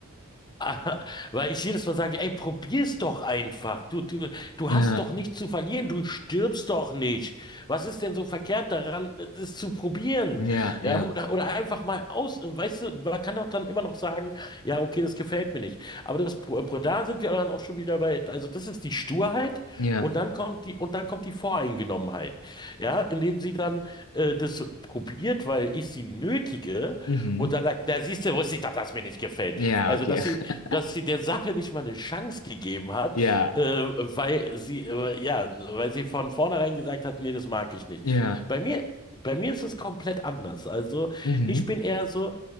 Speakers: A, on the left (about 20°); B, on the left (about 75°).
A: <laughs> Weil ich jedes Mal sage, ey, probier's doch einfach. Du, du, Du
B: Ja,
A: hast doch nichts zu verlieren, du stirbst doch nicht. Was ist denn so verkehrt daran, es zu probieren?
B: ja,
A: Ja,
B: ja,
A: oder, oder einfach mal aus. Weißt du, man kann doch dann immer noch sagen, ja, okay, das gefällt mir nicht. Aber das, Pro- Pro- da sind wir dann auch schon wieder bei, also das ist die Sturheit
B: ja,
A: und dann kommt die, und dann kommt die Voreingenommenheit. Ja, indem sie dann äh, das probiert, weil ich sie nötige
B: mhm.
A: und dann sagt, da siehst du, wusste ich, dass das mir nicht gefällt.
B: Ja,
A: Also,
B: okay.
A: dass sie,
B: <laughs>
A: dass sie der Sache nicht mal eine Chance gegeben hat,
B: Ja,
A: äh, weil sie, äh, ja, weil sie von vornherein gesagt hat, nee, das mag ich nicht.
B: ja,
A: Bei mir, bei mir ist es komplett anders. Also
B: mhm.
A: ich bin eher so,